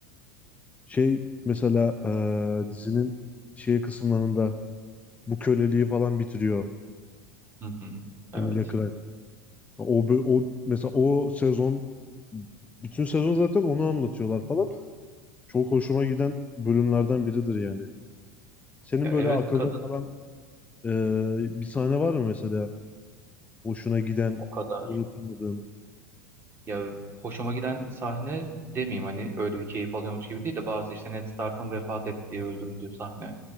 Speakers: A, on the left; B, on the right.
A: Şey mesela ee, dizinin şey kısımlarında bu köleliği falan bitiriyor
B: Hı hı. Evet.
A: Emilia Clarke. O, bö- o mesela o sezon bütün sezon zaten onu anlatıyorlar falan. Çok hoşuma giden bölümlerden biridir yani. Senin
B: Ya
A: böyle
B: evet
A: akılda
B: kadın
A: kalan ee, bir sahne var mı mesela? Hoşuna giden,
B: o kadar.
A: unutamadığın.
B: Ya hoşuma giden sahne demeyeyim hani öyle bir keyif alıyormuş gibi değil de bazı işte Ned Stark'ın vefat ettiği, öldürüldüğü sahne.